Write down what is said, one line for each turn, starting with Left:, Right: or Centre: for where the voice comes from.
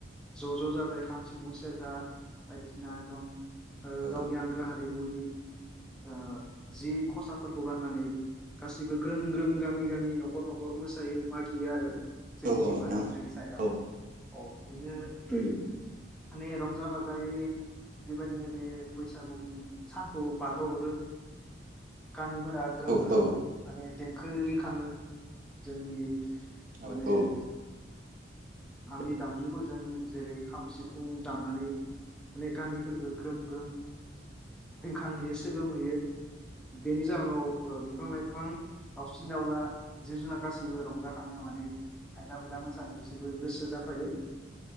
Centre: ज'-ज' जाजाय खाम सिफुं सेरजा बायदिसिना एकदम ओ
Right: औ
Centre: गावनि आंगो हा दैमुनि ओ जि खसाफोरखौ गाननानै गासिबो ग्रोम ग्रोम गामि गामि न'खर न'खर मोसायो मागियो आरो। जोंनिथिंबो
Right: औ औ नोंथां
Centre: जोंनि साइडआव
Right: औ
Centre: औ बिनो उम माने रंजा बाजायै बेबायदिनो बे बैसागुनि सानखौ बारहोहरो। खामिफोर ग्रोम-ग्रोम
Right: औ
Centre: काने देंखो रिंखाङो जोंनि माने
Right: औ औ।
Centre: आंनि दामजुफोरजों जेरै खाम सिफुं दामनानै माने गामिफोरखो ग्रोम ग्रोम रिंखांहोयो सोगोमहयो बेनि जाहोनाव बय बिफां लाइफां दावसिन दावला जिब जुनार गासिबो रंजाखाङो माने आयला हुइला मोसानो बिसोरबो गोसो ओ जाफायो।